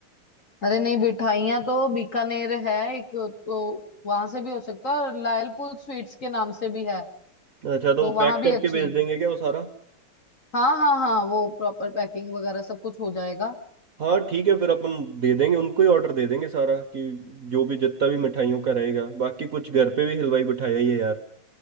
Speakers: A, on the left; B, on the right.
A: अरे नहीं मिठाइयाँ तो बीकानेर है एक तो वहां से भी हो सकता है और लायलपुर स्वीट्स के नाम से भी है
B: अच्छा तो
A: तो
B: वो
A: वहां
B: पैक
A: भी
B: करके
A: अच्छे
B: भेज
A: हैं
B: देंगे क्या वो सारा
A: हाँ हाँ हाँ वो प्रॉपर पैकिंग वगैरह सब कुछ हो जाएगा
B: हाँ ठीक है फिर अपन दे देंगे उनको ही ऑर्डर दे देंगे सारा कि जो भी जितना भी मिठाइयों का रहेगा बाकी कुछ घर पे भी हलवाई बिठाया ही है यार